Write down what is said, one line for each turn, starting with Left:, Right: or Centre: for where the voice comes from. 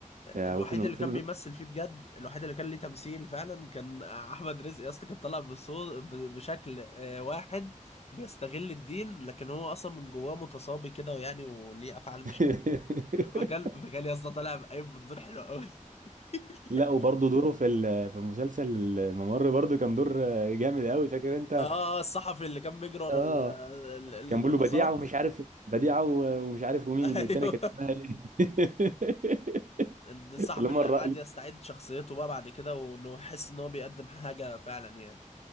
Right: آه،
Left: الوحيد
Right: وفيلم
Left: اللي
Right: فيلم
Left: كان بيمثل فيه بجد الوحيد اللي كان ليه تمثيل فعلا كان احمد رزق يا اسطى كان طالع بصو- ب- بشكل آه، واحد بيستغل الدين لكن هو اصلا من جواه متصابي كده ويعني وليه افعال مش
Right: <laughs>
Left: حلوه فكان فكان يا اسطى طالع بقايم بالدور حلو قوي <laughs>
Right: لا وبرضه دوره في ال- في مسلسل الممر برضه كان دور آه، جامد قوي فاكر انت
Left: اه آه، الصحفي اللي كان بيجري ورا
Right: اه
Left: ال- ال-
Right: كان
Left: الرقصات
Right: بيقول له بديعه ومش عارف بديعه و- ومش عارف ومين
Left: <laughs> ايوه
Right: والتانيه كانت اسمها ايه <laughs>
Left: الصحفي
Right: اللي هم
Left: اللي
Right: الرائل
Left: قعد يستعيد شخصيته بقى بعد كده وانه يحس ان هو بيقدم حاجه فعلا يعني